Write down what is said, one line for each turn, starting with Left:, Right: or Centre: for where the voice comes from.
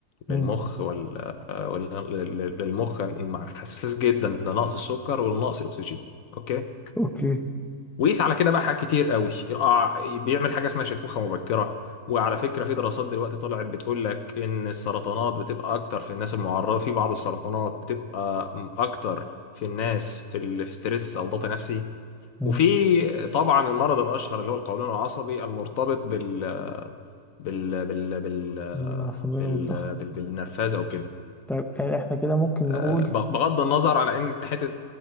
Centre: مم.
Left: للمخ ولا ولا للمخ مع- حساس جدا لنقص السكر ولنقص الاكسجين اوكي
Centre: أوكي
Left: ويقيس على كده بقى حاجات كتير قوي آه، بيعمل حاجه اسمها شيخوخه مبكره وعلى فكره في دراسات دلوقتي طلعت بتقول لك ان السرطانات بتبقى اكتر في الناس المعرضه في بعض السرطانات بتبقى م- اكتر في الناس اللي في ستريس او ضغط نفسي
Centre: مم.
Left: وفي طبعا المرض الاشهر اللي هو القولون العصبي المرتبط بال بال بال بال بال,
Centre: بالعصبية
Left: بال...
Centre: والضغط
Left: بال... بالنرفزه وكده
Centre: طيب آه، احنا كده ممكن
Left: آه،
Centre: نقول
Left: بغض النظر على ان حته